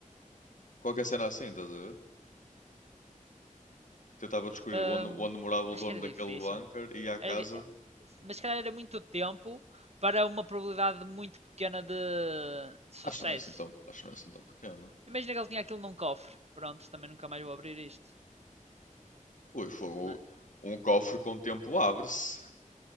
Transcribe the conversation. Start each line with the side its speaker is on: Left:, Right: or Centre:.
Left: qualquer cena assim, estás a ver? tentava descobrir
Right: Hum,
Left: onde, onde morava o
Right: acho
Left: dono
Right: que era
Left: daquele
Right: difícil.
Left: bunker e ia à casa.
Right: Era di- eh, Mas se calhar era muito tempo para uma probabilidade muito pequena de, de sucesso.
Left: Acho que não era assim tão, acho que não era assim tão pequeno.
Right: Imagina que ele tinha aquilo num cofre. Pronto, também nunca mais vou abrir isto.
Left: Ui, foi um,
Right: Não é?
Left: um cofre com o tempo abre-se.